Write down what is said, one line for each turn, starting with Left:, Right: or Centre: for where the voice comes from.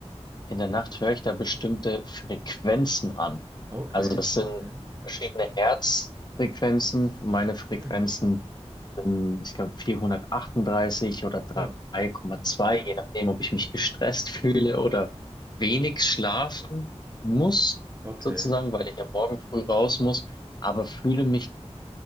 Left: in der Nacht höre ich da bestimmte Frequenzen an.
Right: Okay,
Left: Also das sind
Right: okay.
Left: verschiedene Herzfrequenzen, meine Frequenzen
Right: Hm.
Left: ähm, ich glaube 438 oder 3,2,
Right: Oh,
Left: je nachdem, ob ich mich gestresst <laughs> fühle oder wenig schlafen muss,
Right: okay.
Left: sozusagen, weil ich am Morgen früh raus muss, aber fühle mich